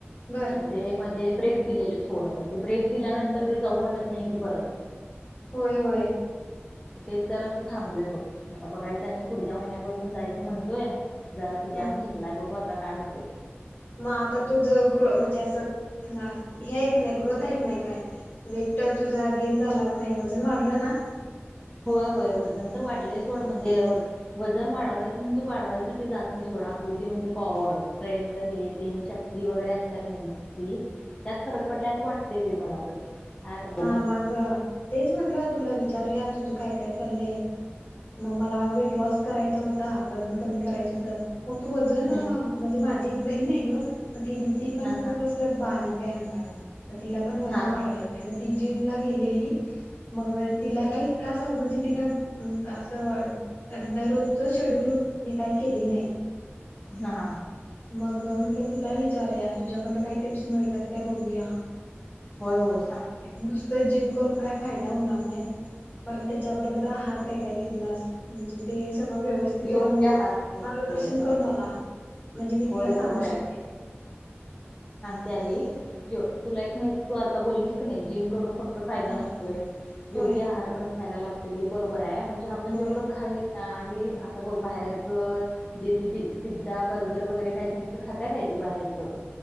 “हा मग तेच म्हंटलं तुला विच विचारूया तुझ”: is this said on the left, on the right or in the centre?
Left